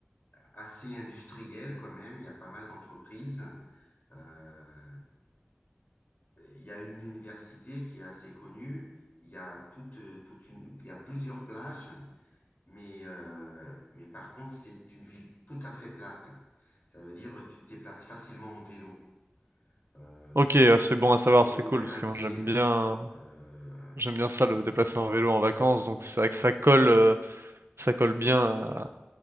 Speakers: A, on the left (about 45°); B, on the right (about 70°).
A: assez industriel quand même. Il y a pas mal d'entreprises. Euh, il y a une université qui est assez connue. Il y a toute, toute une, il y a plusieurs plages, mais, euh, mais par contre, c'est une ville tout à fait plate. Ça veut dire tu te déplaces facilement en vélo euh,
B: Ok, euh, c'est bon à
A: ou,
B: savoir,
A: ou
B: c'est cool,
A: même
B: parce
A: à
B: que
A: pied.
B: moi j'aime bien,
A: Euh,
B: j'aime bien ça, le déplacer en vélo en vacances, donc c'est vrai que ça colle, euh, ça colle bien à,